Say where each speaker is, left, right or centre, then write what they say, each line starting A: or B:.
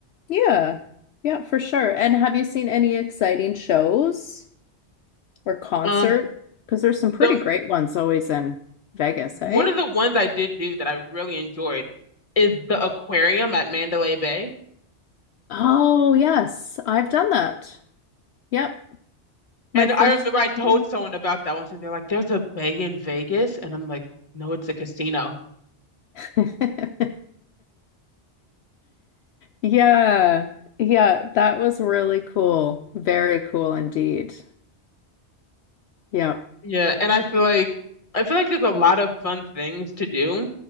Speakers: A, on the left (about 70°); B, on the left (about 30°).
A: yeah, yeah, for sure. And have you seen any exciting shows or concert?
B: Um,
A: Because there's some
B: the
A: pretty great ones always in Vegas,
B: one
A: hey?
B: of the ones I did do that I really enjoyed is the aquarium at Mandalay Bay.
A: Oh, yes, I've done that. Yep. My
B: And
A: first.
B: I remember I told
A: Yeah.
B: someone about that once, and they're like, "There's a bay in Vegas," and I'm like, "No, it's a casino."
A: <laughs> Yeah, yeah, that was really cool. Very cool indeed. Yeah.
B: Yeah, and I feel like I feel like there's a lot of fun things to do.